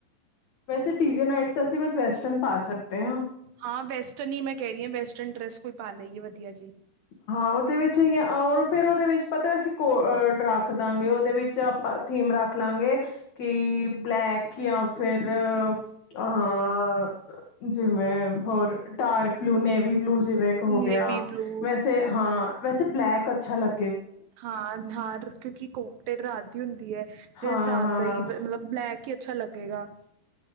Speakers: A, on the left; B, on the right.
A: ਵੈਸੇ ਡੀ ਜੇ ਨਾਈਟ ਤਾਂ ਅਸੀਂ ਕੁਝ ਵੈਸਟਰਨ ਪਾ ਸਕਦੇ ਹਾਂ।
B: ਹਾਂ। ਵੈਸਟਰਨ ਹੀ ਮੈਂ ਕਹਿ ਰਹੀ ਹਾਂ। ਵੈਸਟਰਨ ਡਰੈਸ ਕੋਈ ਪਾ ਲਈ ਏ ਵਧੀਆ ਜੀ।
A: ਹਾਂ। ਉਹਦੇ ਵਿੱਚ ਹੀ ਫੇਰ, ਉਹਦੇ ਵਿੱਚ ਪਤਾ, ਅਸੀਂ ਕੋ ਰੱਖ ਦਾਂਗੇ ਉਹਦੇ ਵਿੱਚ ਆਪਾਂ ਥੀਮ ਰੱਖ ਲਾਂਗੇ ਕਿ ਬਲੈਕ ਜਾਂ ਫਿਰ ਅ ਜਿਵੇਂ ਹੋਰ ਡਾਰਕ ਬਲੂ, ਨੇਵੀ ਬਲੂ ਜਿਵੇਂ ਹੋ
B: ਨੇਵੀ
A: ਗਿਆ।
B: ਬਲੂ
A: ਵੈਸੇ ਹਾਂ ਵੈਸੇ ਬਲੈਕ ਅੱਛਾ ਲੱ
B: ਹਾਂ। ਨਹਾਰ ਕਿਉਂਕਿ ਕੋਕਟੇ ਰਾਤ ਦੀ ਹੁੰਦੀ ਹੈ ਤੇ
A: ਹਾਂ
B: ਰਾਧ
A: ਹਾਂ
B: ਹੀ ਮਤਲਬ ਬਲੈਕ ਅੱਛਾ, ਲੱਗੇਗਾ।